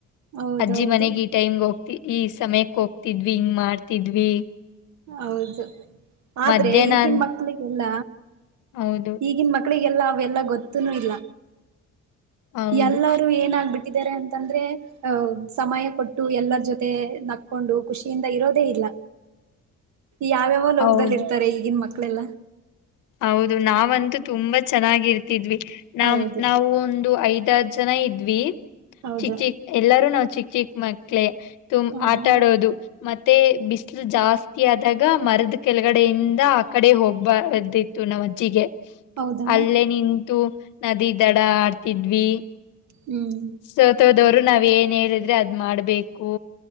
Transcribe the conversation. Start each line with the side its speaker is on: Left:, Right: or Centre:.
Right: ಹೌದೌದು
Left: ಅಜ್ಜಿ ಮನೆಗೆ ಈ ಟೈಮ್ಗೆ ಹೋಗ್ತಿ ಈ ಸಮಯಕ್ಕೆ ಹೋಗ್ತಿದ್ವಿ ಹಿಂಗ್ ಮಾಡ್ತಿದ್ವಿ
Right: ಹೌದು ಆದ್ರೆ
Left: ಮಧ್ಯಾಹ್ನ
Right: ಈಗಿನ
Left: ಅನ್
Right: ಮಕ್ಳಿಗೆ ಇಲ್ಲ
Left: ಹೌದು
Right: ಈಗನ್ ಮಕ್ಕ ಮಕ್ಕಳಿಗೆಲ್ಲ ಅವೆಲ್ಲ ಗೊತ್ತನ ಇಲ್ಲ
Left: ಹೌದು
Right: ಎಲ್ಲಾರೂ ಏನಾಗಬಿಟ್ಟ ಕಿದ್ದಾರೆ ಅಂತಂದ್ರೆ ಅಹ್ ಸಮಯ ಕೊಟ್ಟು ಎಲ್ಲರ ಜೊತೆ ನಕ್ಕೊಂಡು ಖುಷಿಯಿಂದ ಇರೋದೇ ಇಲ್ಲ. ಯಾವ್ಯಾವೊ ಲೋಕದಲ್ಲಿ
Left: ಹೌದು.
Right: ಇರ್ತಾರೆ ಈಗಿನ್ ಮಕ್ ಮಕ್ಳೆಲ್ಲ
Left: ಹೌದು ನಾವಂತೂ ತುಂಬಾ ಚೆನ್ನಾಗಿ ಇರ್ತಿದ್ವಿ. ನಮ್
Right: ಹೌದು
Left: ನಾವು ಒಂದು ಐದ್ ದ ಜನ ಇದ್ವಿ
Right: ಹೌದು
Left: ಚಿಕ್ ಚಿಕ್ ಎಲ್ಲಾರೂ ನಾವ್ ಚಿಕ್ ಚಿಕ್ ಮಕ್ಳೇ ತುಮ್
Right: ಹೌದಾ
Left: ಆಟಾಡೋದು ಮತ್ತೆ ಬಿಸಿಲು ಜಾಸ್ತಿ ಆದಾಗ ಮರದ ಕೆಳಗಡೆಯಿಂದ ಆ ಕಡೆ ಹೋಗ್ಬಾರ್ದಿ ತು ನಮ್ ಅಜ್ಜಿಗೆ
Right: ಹೌದಾ
Left: ಅಲ್ಲೇ ನಿಂತು ನದಿ ದಡ ಆಡ್ತಿದ್ವಿ.
Right: ಹ್ಮ್
Left: ಸೋತೋದವ್ರ್ ರು ನಾವ್ ಏನ್ ಹೇಳಿದ್ರೆ ಅದ್ ಮಾಡ್ಬೇಕು.